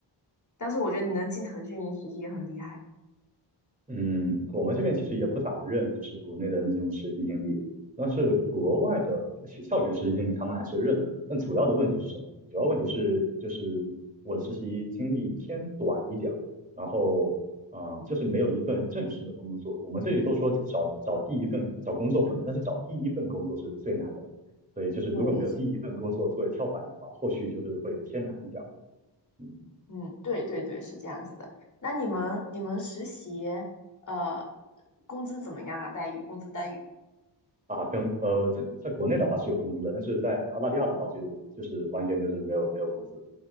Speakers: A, on the left (about 40°); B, on the right (about 20°).
A: 但是我觉得你能进腾讯实习也很厉害。
B: 嗯，我们这边其实也不咋认，就是国内的那种实习经历，但是国外的校校园实习经历他们还是认的。但主要的问题是什么？主要问题是就是我的实习经历偏短一点儿，然后啊、呃就是没有一份正式的工作。我们这里都说找找第一份找工作不难，但是找第一份工作是最难的。所以就是如果没有第一份工作作为跳板的话，
A: 对，是
B: 后续就是会偏难一点儿。嗯。
A: 嗯，对对对，是这样子的。那你们你们实习呃工资怎么样啊？待遇，工资待遇？
B: 啊，跟呃，在在国内的话是有工资的，但是在澳大利亚的话就就是完全就是没有没有工资。